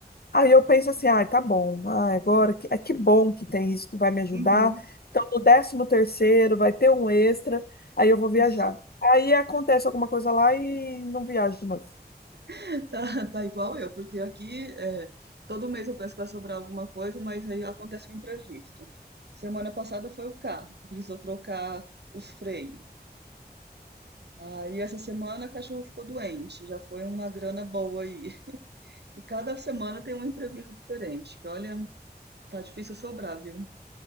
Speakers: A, on the left; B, on the right.
A: aí eu penso assim, ah, tá bom, ah, agora que, é que bom que tem isso que vai me ajudar.
B: Uhum.
A: Então, no décimo terceiro vai ter um extra, aí eu vou viajar.
B: Isso.
A: Aí acontece alguma coisa lá e não viajo de novo.
B: <laughs> Tá, tá igual eu, porque aqui é, todo mês eu penso que vai sobrar alguma coisa, mas aí acontece um imprevisto. Semana passada foi o carro que precisou trocar os freios. Aí essa semana a cachorro ficou doente, já foi uma grana boa aí. <laughs> E cada semana tem um imprevisto diferente, que olha, tá difícil sobrar, viu?